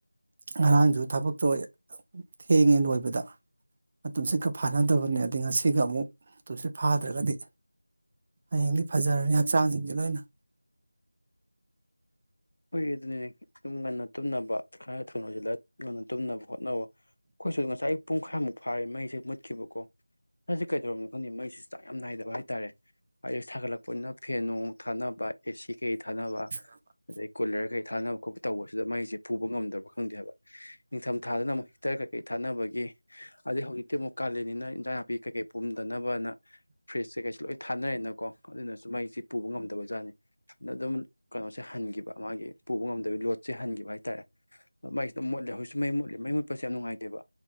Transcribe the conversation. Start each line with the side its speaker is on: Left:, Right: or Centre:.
Right: ꯉꯔꯥꯡꯁꯨ ꯊꯕꯛꯇꯣ ꯊꯦꯡꯉꯦ ꯂꯣꯏꯕꯗ ꯗ ꯃꯇꯨꯝꯁꯦꯀ ꯐꯥꯅꯗꯕꯅꯦ ꯑꯗꯤ ꯉꯁꯤꯒ ꯑꯃꯨꯛ ꯃꯇꯨꯝꯁꯦ ꯐꯥꯗ꯭ꯔꯒꯗꯤ ꯍꯌꯦꯡꯗꯤ ꯐꯖꯔꯅꯤ ꯍꯛꯆꯥꯡꯁꯤꯡꯁ ꯂꯣꯏꯅ
Left: ꯍꯈꯣꯏꯒꯤ ꯑꯗꯨꯅꯤꯅꯦ ꯁꯨꯝ ꯉꯟꯅ ꯇꯨꯝꯅꯕ ꯈꯔ ꯊꯧꯅꯁꯤꯂ ꯉꯟꯅ ꯇꯨꯝꯅꯕ ꯍꯣꯠꯅꯕ ꯑꯩꯈꯣꯏꯁꯨ ꯑꯗꯨ ꯉꯁꯥꯏ ꯑ ꯄꯨꯡ ꯈꯔꯥꯃꯨꯛ ꯐꯥꯔꯦ ꯃꯩꯁꯦ ꯃꯨꯠꯈꯤꯕꯀꯣ ꯍꯧꯖꯤ ꯀꯩꯗꯧꯔꯕꯅꯤ ꯈꯪꯦ ꯃꯩꯁꯤ ꯆ ꯌꯥꯝ ꯅꯥꯏꯗꯕ ꯍꯥꯏꯦ ꯍꯥꯏꯇꯥꯔꯦ ꯍꯥꯏ ꯊꯒꯠꯂꯛꯄꯅꯤꯅ ꯐꯦꯟ ꯅꯨꯡ ꯊꯥꯅꯕ ꯑꯦꯁꯤ ꯀꯩ ꯊꯥꯅꯕ
Right: ꯑ
Left: ꯑꯗꯩ ꯀꯨꯂꯔ ꯀꯩ ꯊꯥꯅꯕ ꯈꯣꯠꯄ ꯇꯧꯕꯁꯤꯗ ꯃꯩꯁꯦ ꯐꯨꯕ ꯉꯝꯗꯕ ꯈꯪꯗꯦꯕ ꯅꯤꯡꯊꯝꯊꯥꯗꯨꯅ ꯑꯃꯨꯛ ꯍꯤꯇꯔ ꯀꯩꯀꯩ ꯊꯥꯅꯕꯒꯤ ꯑꯗꯩ ꯍꯧꯖꯤꯛꯇꯤ ꯑꯃꯨꯛ ꯀꯥꯜꯂꯤꯅꯤꯅ ꯏꯟꯖꯥꯡ ꯅꯥꯄꯤ ꯀꯩꯀꯩ ꯄꯨꯝꯗꯅꯕꯅ ꯐ꯭ꯔꯤꯖꯁꯦ ꯀꯩꯁꯨ ꯂꯣꯏ ꯊꯥꯅꯔꯦꯅꯀꯣ ꯑꯗꯨꯅꯁꯨ ꯃꯩꯁꯤ ꯄꯨꯕ ꯉꯝꯗꯕ ꯖꯥꯠꯅꯤ ꯑꯗꯨꯝ ꯀꯩꯅꯣꯁꯦ ꯍꯟꯉ ꯃꯥ ꯉꯝꯗꯣꯠ ꯍꯈꯤꯕ ꯍꯥꯏꯇꯥꯔꯦ ꯃꯣꯠꯂꯦ ꯍꯧꯖꯤꯁꯨ ꯃ ꯃꯠꯂꯦ ꯎꯠꯄꯁꯦ ꯌꯥꯝ ꯅꯨꯡꯉꯥꯏꯇꯦꯕ